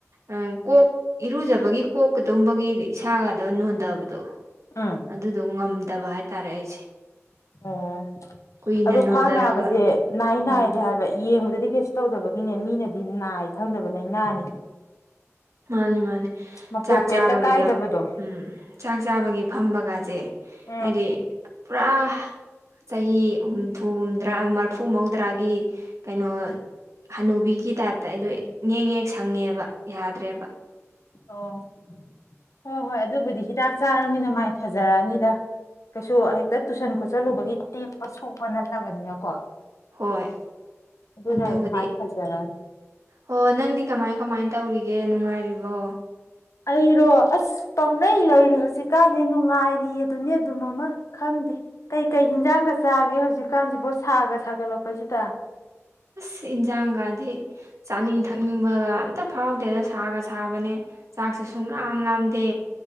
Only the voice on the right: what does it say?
ꯎ ꯀꯣꯛ ꯏꯔꯨꯖꯕꯒꯤ ꯀꯣꯛꯀ ꯑꯗꯨꯝꯕꯒꯤꯗꯤ ꯏꯁꯥꯒꯗꯕ ꯅꯣꯟꯗꯕꯗꯣ
ꯑꯗꯨꯗꯣ ꯉꯝꯗꯕ ꯍꯥꯏꯇꯥꯔꯦ ꯑꯩ
ꯀꯨꯏꯅ
ꯅꯣꯟꯊꯔꯒ
ꯎꯝ
ꯃꯥꯅꯤ ꯃꯥꯅꯤ
ꯆꯥꯛ
ꯆꯥꯕꯒꯤꯒ
ꯎꯝ ꯆꯥꯛ ꯆꯥꯕꯒꯤ ꯐꯝꯕꯒꯁꯦ
ꯍꯥꯏꯗꯤ ꯄꯨꯔꯥ ꯆꯍꯤ ꯍꯨꯝꯐꯨ ꯍꯨꯝꯗ꯭ꯔꯥ ꯃꯔꯐꯨ ꯃꯧꯗ꯭ꯔꯥꯒꯤ ꯀꯩꯅꯣ ꯍꯅꯨꯕꯤꯒꯤ ꯇꯥꯏꯞꯇ ꯑꯩꯗꯣ ꯌꯦꯡ ꯌꯦꯛ ꯁꯪꯉꯦꯕ ꯌꯥꯗ꯭ꯔꯦꯕ
ꯍꯣꯏ
ꯑꯗꯨꯕꯨꯗꯤ
ꯑꯣ ꯅꯪꯗꯤ ꯀꯃꯥꯏ ꯀꯃꯥꯏ ꯇꯧꯔꯤꯒꯦ ꯅꯨꯡꯉꯥꯏꯔꯤꯕꯣ
ꯑꯁ ꯏꯟꯖꯥꯡꯒꯗꯤ ꯆꯥꯅꯤꯡ ꯊꯛꯅꯤꯡꯕꯒ ꯑꯝꯇ ꯐꯥꯎꯗꯦꯗ ꯁꯥꯒ ꯁꯥꯕꯅꯦ ꯆꯥꯛꯁꯦ ꯁꯨꯡꯂꯝ ꯂꯥꯝꯗꯦ